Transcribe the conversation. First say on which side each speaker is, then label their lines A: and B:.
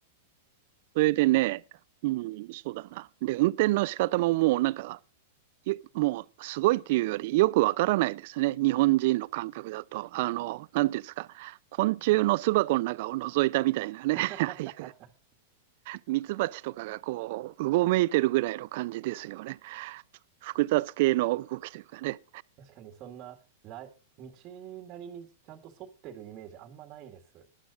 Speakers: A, on the right; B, on the right.
A: それでね、うん、そうだな。で、運転の仕方ももうなんか、ゆもうすごいっていうよりよくわからないですね。日本人の感覚だと。あの、なんていうんですか。昆虫の巣箱の中を覗いたみたいなね。
B: <laughs>
A: <laughs> ああいうミツバチとかがこう、うごめいてるぐらいの感じですよね。複雑系の動きというかね。
B: 確かにそんな、らい、道なりにちゃんと沿ってるイメージあんまないです。